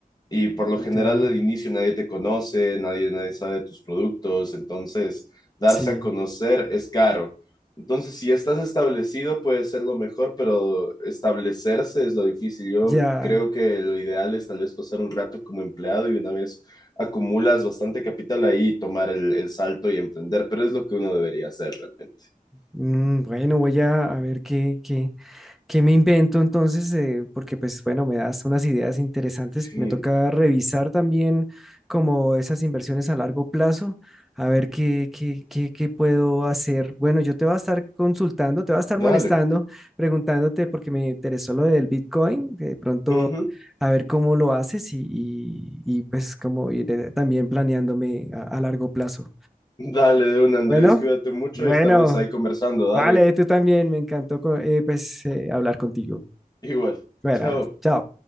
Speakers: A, on the left (about 25°); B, in the centre.
A: Y por lo
B: ya,
A: general al inicio nadie te conoce, nadie, nadie sabe de tus productos, entonces darse
B: sí,
A: a conocer es caro. Entonces, si ya estás establecido, puede ser lo mejor, pero establecerse es lo difícil. Yo
B: ya.
A: creo que lo ideal es tal vez pasar un rato como empleado y una vez acumulas bastante capital ahí, tomar el, el salto y emprender, pero es lo que uno debería hacer realmente.
B: Mm, bueno, voy a, a ver qué, qué ¿Qué me invento entonces? Eh, porque pues bueno, me das unas ideas interesantes.
A: Sí,
B: Me toca revisar también como esas inversiones a largo plazo, a ver qué, qué, qué, qué puedo hacer. Bueno, yo te voy a estar consultando, te voy a estar
A: dale.
B: molestando, preguntándote porque me interesó lo del Bitcoin, que de pronto
A: Ujú.
B: a ver cómo lo haces y, y- y, pues como ir eh, también planeándome a, a largo plazo.
A: Dale, de un Andrés,
B: Bueno,
A: cuídate mucho
B: bueno,
A: y estamos ahí conversando.
B: vale,
A: Dale,
B: tú también, me encantó co- eh, pues eh, hablar contigo.
A: igual.
B: Buenas,
A: Chao.
B: chao.